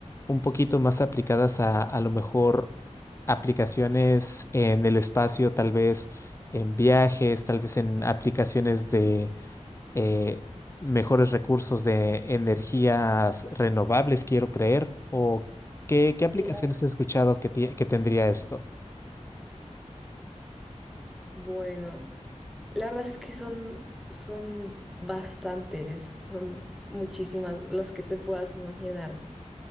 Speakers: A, on the left; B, in the centre.
A: un poquito más aplicadas a, a lo mejor aplicaciones en el espacio, tal vez en viajes, tal vez en aplicaciones eh, mejores recursos de energías renovables, quiero creer, o qué, qué
B: Sí,
A: aplicaciones
B: la-
A: he escuchado que, tie- que tendría esto.
B: bueno, la verdad es que son, son bastantes, son muchísimas las que te puedas imaginar,